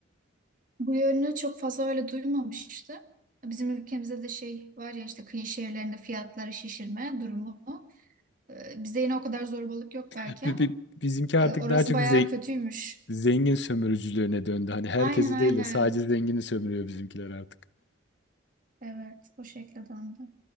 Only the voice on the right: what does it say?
Bu yönünü çok fazla öyle duymamıştım. Bizim ülkemizde de şey var ya işte kıyı şehirlerinde fiyatları şişirme durumu. Ee, Bizde yine o kadar zorbalık yok
belki
ama
e,
orası
bayağı
kötüymüş.
Aynen aynen.
Evet o şekilde döndü.